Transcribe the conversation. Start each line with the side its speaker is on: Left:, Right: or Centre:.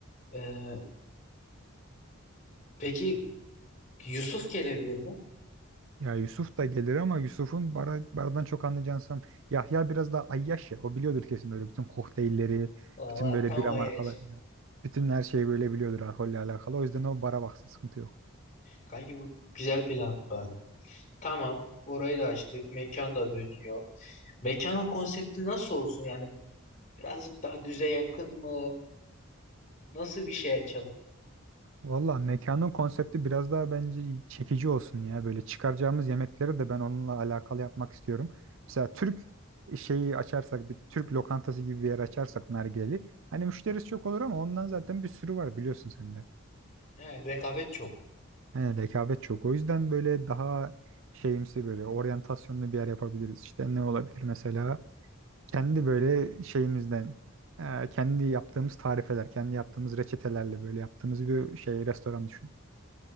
Left: Ee, Peki Yusuf gelebilir mi?
Right: Ya Yusuf da gelir ama Yusuf'un bara, baradan çok anlayacağını sanırım. Yahya biraz daha ayyaş ya. O biliyordur kesin böyle bütün kokteylleri,
Left: Valla
Right: bütün böyle
Left: tamam
Right: bira
Left: Ayaz.
Right: markalarını. Bütün her şeyi böyle biliyordur alkolle alakalı. O yüzden o bara baksın sıkıntı yok.
Left: Kanki bu güzel plan bak. Tamam orayı da açtık. Mekan da dönüyor. Mekanın konsepti nasıl olsun? Yani birazcık daha düze yakın mı? Nasıl bir şey açalım?
Right: Valla mekanın konsepti biraz daha bence çekici olsun ya. Böyle çıkaracağımız yemekleri de ben onunla alakalı yapmak istiyorum. Mesela Türk şeyi açarsak bir Türk lokantası gibi bir yer açarsak nargileli. Hani müşterisi çok olur ama ondan zaten bir sürü var biliyorsun sen de.
Left: He, rekabet çok.
Right: He, rekabet çok. O yüzden böyle daha şeyimsi böyle oryantasyonlu bir yer yapabiliriz. İşte ne olabilir mesela? Kendi böyle şeyimizden, e, kendi yaptığımız tarifeler, kendi yaptığımız reçetelerle böyle yaptığımız bir şey restoran düşün.